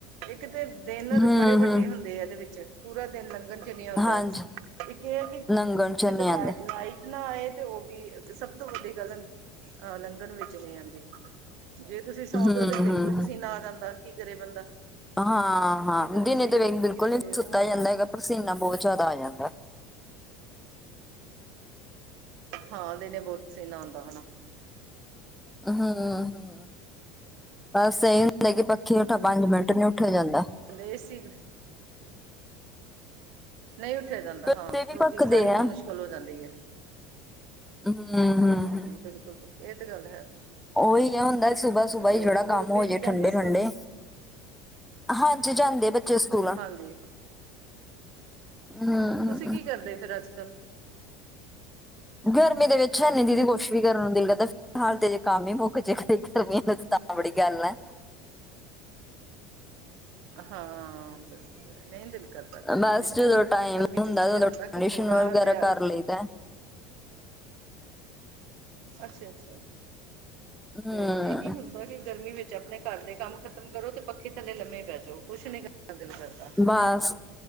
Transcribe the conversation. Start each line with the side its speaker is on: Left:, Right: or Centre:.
Right: ਇੱਕ ਤੇ। ਦਿਨ
Centre: ਹੂੰ-ਹੂੰ,
Right: ਬੜੇ ਵੱਡੇ ਹੁੰਦੇ ਆ ਇਹਦੇ ਵਿੱਚ। ਪੂਰਾ ਦਿਨ ਲੰਘਣ 'ਚ ਨਹੀਂ ਆਉਂਦਾ
Centre: ਹਾਂਜੀ
Right: ਇੱਕ ਇਹ ਹੈ ਕਿ
Centre: ਲੰਗਣ ਚ ਨੀ
Right: ਲਾਈਟ।
Centre: ਆਂਦੇ।
Right: ਨਾ ਏਹ ਤੇ ਉਹ ਵੀ ਸਭ ਤੋਂ ਵਡੀ ਗੱਲ ਐ ਲੰਘਣ ਵਿੱਚ ਨਹੀਂ ਆਉਂਦੀ। ਜੇ ਤੁਸੀਂ ਸੌਂ ਉਹ
Centre: ਹੂੰ-ਹੂੰ-ਹੂੰ,
Right: ਤੇ ਪਿੱਠ ਨੂੰ ਪਸੀਨਾ ਆ ਜਾਂਦਾ ਕੀ ਕਰੇ ਬੰਦਾ।
Centre: ਹਾਂ-ਹਾਂ,
Right: ਇਹਦੇ ਵਿੱਚ
Centre: ਦਿਨੇ
Right: ਇਹੀ
Centre: ਤੇ ਵੇਖਬਿਲਕੁਲ
Right: ਹੈ ਕਿ ਕਿਤੇ
Centre: ਨਹੀਂ ਸੁੱਤਾ
Right: ਹੁਣ
Centre: ਜਾਂਦਾ ਹੈਗਾ ਪਸੀਨਾ ਬਹੁਤ ਜਿਆਦਾ ਆ ਜਾਂਦੈ।।
Right: ਹਾਂ, ਦਿਨੇ ਬਹੁਤ ਪਸੀਨਾ ਆਉਂਦਾ।
Centre: ਹਮ-ਹਮ ਬਸ ਇਹ। ਲੈ ਕੇ ਪੱਖੀ ਉਠ ਪੰਜ ਮਿੰਟ ਨੀ ਉੱਠਿਆ ਜਾਂਦਾ।
Right: ਗਏ ਸੀ। ਨਹੀਂ ਉੱਠਿਆ ਜਾਂਦਾ
Centre: ਗੱਦੇ
Right: ਹਾਂ,
Centre: ਵੀ
Right: ਰੋਟੀ
Centre: ਪੱਕਦੇ
Right: ਬਣਾਉਣੀ ਵੀ
Centre: ਆ,
Right: ਮੁਸ਼ਕਿਲ ਹੋ ਜਾਂਦੀ ਹੈ।
Centre: ਹਮ-ਹਮ, ਹਮ।
Right: ਹਾਂ ਇਹ ਤੇ ਗੱਲ ਹੈ।
Centre: ਉਹੀ ਹੈ ਹੁੰਦਾ ਸੁਬਾ-ਸੁਬਾ
Right: ਤੇ
Centre: ਹੀ ਜਿਹੜਾ
Right: ਹੋਰ
Centre: ਕੰਮ ਹੋ
Right: ਬੇਟੀ
Centre: ਜੇ
Right: ਜਾਂਦੀ
Centre: ਠੰਡੇ-
Right: ਸਕੂਲ?
Centre: ਠੰਡੇ। ਹਾਂਜੀ, ਜਾਂਦੇ ਬੱਚੇ ਸਕੂਲ।
Right: ਹਾਂਜੀ,
Centre: ਹੂੰ,
Right: ਤੁਸੀਂ ਕੀ ਕਰਦੇ ਫਿਰ ਅੱਜ-ਕੱਲ?
Centre: ਗਰਮੀ ਦੇ ਵਿੱਚ ਹੈਨੀੇ ਦੀਦੀ ਕੋਸ਼ਿਸ਼ ਵੀ ਕਰਨ ਨੂੰ ਦਿਲ ਕਰਦਾ। ਫਿਲਹਾਲ ਤੇ ਜੇ ਕੰਮ ਹੀ ਮੁੱਕ ਜੇ ਗਰਮੀਆਂ ਤਾਂ ਬੜੀ ਗੱਲ ਹੈ।
Right: ਹਾਂ, ਬੱਸ ਨਹੀਂ ਦਿਲ। ਗਰਮੀ
Centre: ਬਸ
Right: ਵਿੱਚ,
Centre: ਜਦੋਂ ਟਾਈਮ
Right: ਗਰਮੀ ਵਿੱਚ ਏਹ
Centre: ਉਦੋਂ
Right: ਹੁੰਦਾ
Centre: ਕੰਡੀਸ਼ਨ
Right: ਕਿ ਥੋੜਾ
Centre: ਵਗੈਰਾ
Right: ਜਿਹਾ।
Centre: ਕਰ ਲਈਦਾ
Right: ਅੱਛਾ-ਅੱਛਾ
Centre: ਹਮ
Right: ਤੇ ਏਹੀ। ਬੜੀ ਗਰਮੀ ਵਿੱਚ ਆਪਣੇ ਘਰ ਦੇ ਕੰਮ ਖਤਮ ਕਰੋ ਤੇ ਪੱਖੇ ਥੱਲੇ ਲੰਮੇ ਪੈ ਜਾਓ ਕੁੱਛ ਨੀ ਕਰ ਦਿਲ ਕਰਦਾ।
Centre: ਬਸ,